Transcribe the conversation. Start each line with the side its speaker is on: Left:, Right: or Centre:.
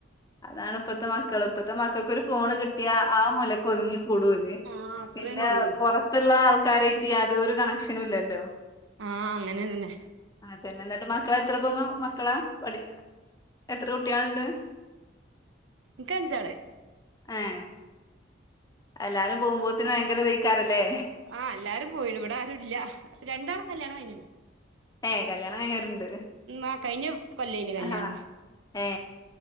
Left: അതണ് ഇപ്പത്തെ മക്കൾ മക്കള ഇപ്പത്തെ മക്കൾക്കൊ ഒരു ഫോൺ കിട്ടിയാ ആ മുലക്ക് ഒതുങ്ങി കൂടൂല്ലേ
Right: ആഹ് അത്രേന്നെ
Left: പിന്നെ
Right: ഉള്ളൂ
Left: പുൊറത്തുള്ള ആൾക്കാരായിട്ട് യാതൊോരു കണക്ഷനും ഇല്ലല്ലോ
Right: ആഹ് അങ്ങനെ അങ്ങനെ
Left: പിന്നെ എന്നിട്ട് മക്കള എത്ര പോന്നു മക്കളാ പഠ എത്ര കുട്ടികളുണ്ട്
Right: ഇക്ക്ഞ്ചാള്
Left: ഏഹ് എല്ലാരും പോകുമ്പോത്തനന് ഭയങ്കര ഇതേക്കാരല്ലേ
Right: ആ് എല്ലാരും പോയിട ഇവിടെ ആരുും ഇല്ല രണ്ടാള കല്യാണം കൈനു
Left: ഏ കല്യാണം കഴിഞ്ഞാരുണ്ട്
Right: ആഹ് കഴിഞ്ഞ കൊല്ലേനി കല്യാണം
Left: ആഹാ ഏ